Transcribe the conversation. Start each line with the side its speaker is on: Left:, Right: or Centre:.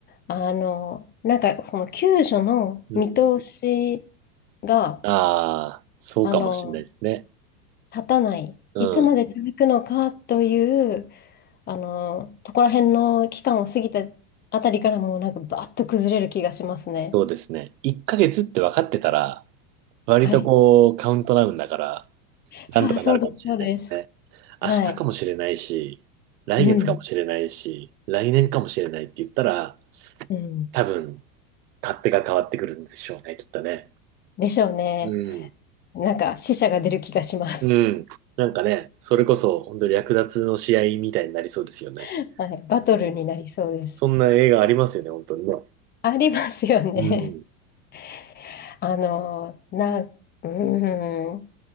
Left: あの、なんか、この救助の見通し
Right: うん。
Left: が、
Right: ああ、そうかもしれないですね。
Left: あの、立たない。
Right: うん、
Left: いつまで続くのかという、あの、そこら辺の期間を過ぎたあたりからもうなんかバーッと崩れる気がしますね。
Right: そうですね。1ヶ月って分かってたら、割とこう、
Left: はい。
Right: カウントダウンだから、なんとかなるかもしれないですね。
Left: そう、そうです、そうです。はい。
Right: 明日かもしれないし、来月かもしれないし、
Left: うん。
Right: 来年かもしれないって言ったら、
Left: うん。
Right: 多分、勝手が変わってくるんでしょうね、きっとね。
Left: でしょうね。
Right: うん。
Left: なんか死者が出る気がします。
Right: うん。なんかね、それこそ、本当に略奪の試合みたいになりそうですよね。
Left: <laughs> はい。バトルになりそうです。
Right: うんそんな映画ありますよね、本当にね。
Left: ありますよね。
Right: うん。
Left: <laughs> あの、な、うん。